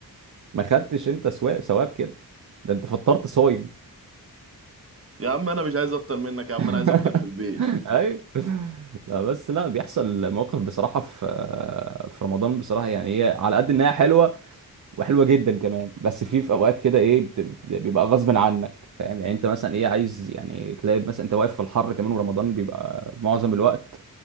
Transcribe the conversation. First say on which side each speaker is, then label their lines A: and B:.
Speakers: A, on the right (about 55°); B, on the right (about 40°).
A: ما خدتش انت سوا- ثواب كده ده انت فطرت صايم
B: يا عم انا مش عايز افطر منك يا عم
A: <laughs>
B: انا عايز افطر في البيت
A: ايوه لا بس لا بيحصل مواقف بصراحه في في رمضان بصراحه يعني ايه على قد انها حلوه وحلوه جدا كمان بس في في اوقات كده ايه بت- بت- بيبقى غصب عنك فاهم يعني انت مثلا ايه عايز يعني تلاقي مثلا انت واقف في الحر كمان ورمضان بيبقى معظم الوقت